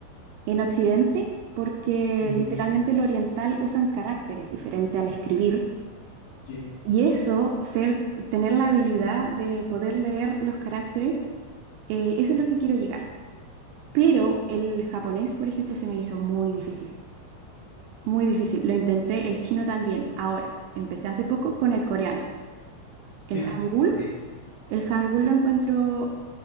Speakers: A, on the right (about 80°); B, on the left (about 65°).
A: en Occidente, porque
B: Ujú,
A: literalmente el oriental usan caracteres diferentes al escribir.
B: sí,
A: Y eso, ser, tener la habilidad de poder leer los caracteres, eh, eso es lo que quiero llegar. Pero el japonés, por ejemplo, se me hizo muy difícil. Muy difícil. Lo intenté el chino también. Ahora, empecé hace poco con el coreano. El
B: mira,
A: hangul.
B: coreano.
A: El hangul lo encuentro...